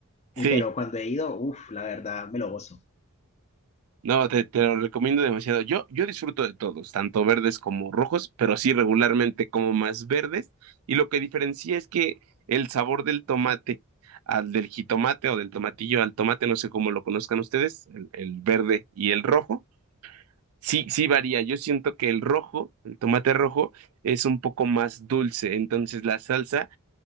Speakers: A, on the left (about 30°); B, on the right (about 70°).
A: Y
B: Sí.
A: pero cuando he ido, uff, la verdad, me lo gozo.
B: No, te, te lo recomiendo demasiado. Yo, yo disfruto de todos, tanto verdes como rojos, pero sí regularmente como más verdes. Y lo que diferencia es que el sabor del tomate al del jitomate o del tomatillo al tomate, no sé cómo lo conozcan ustedes, el, el verde y el rojo, sí, sí varía. Yo siento que el rojo, el tomate rojo, es un poco más dulce. Entonces la salsa